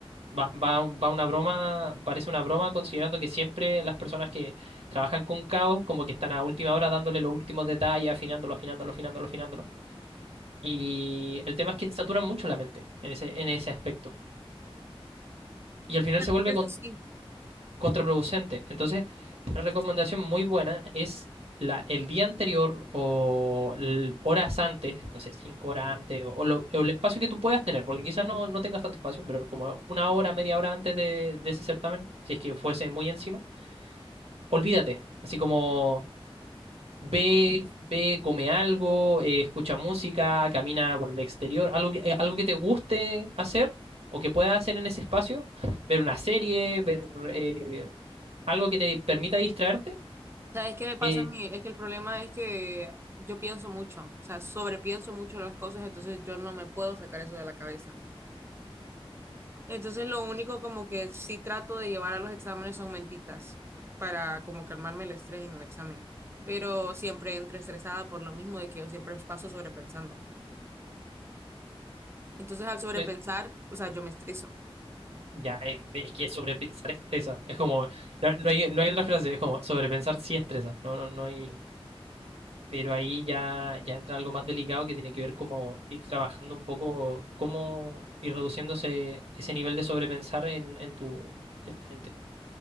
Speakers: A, on the right; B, on the right.
A: Va, va, va una broma, parece una broma considerando que siempre las personas que trabajan con caos como que están a última hora dándole los últimos detalles, afinándolo, afinándolo, afinándolo, afinándolo. Y el tema es que saturan mucho la mente en ese, en ese aspecto. Y al final
B: Bueno,
A: se vuelve
B: eso sí.
A: contraproducente. Entonces, una recomendación muy buena es la, el día anterior o l- horas antes, no sé, cinco horas antes, o, o lo- o el espacio que tú puedas tener, porque quizás no, no tengas tanto espacio, pero como una hora, media hora antes de, de ese certamen, si es que fuese muy encima, olvídate. Así como Ve, ve, come algo, eh, escucha música, camina por el exterior, algo que, eh, algo que te guste hacer o que puedas hacer en ese espacio, ver una serie, ver eh, algo que te permita distraerte.
B: ¿Sabes qué me pasa
A: eh,
B: a mí? Es que el problema es que yo pienso mucho, o sea, sobrepienso mucho las cosas, entonces yo no me puedo sacar eso de la cabeza. Entonces lo único como que sí trato de llevar a los exámenes son mentitas para como calmarme el estrés en el examen, pero siempre entro estresada por lo mismo de que yo siempre paso sobrepensando. Entonces al sobrepensar,
A: eh,
B: o sea, yo me estreso.
A: ya, eh, es que sobrepensar estresa, es como, no, no hay, no hay otra frase, es como sobrepensar sí estresa, no, no, no hay... pero ahí ya, ya entra algo más delicado que tiene que ver como ir trabajando un poco, cómo ir reduciéndose ese nivel de sobrepensar en, en tu, en tu mente.